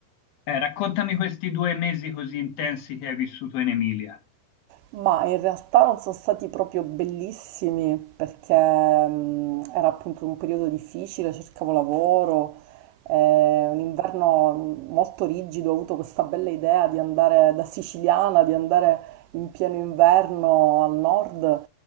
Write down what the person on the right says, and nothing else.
Ma in realtà non sono stati proprio bellissimi perché mm, era appunto un periodo difficile, cercavo lavoro, eh, un inverno molto rigido, ho avuto questa bella idea di andare da siciliana, di andare in pieno inverno al nord,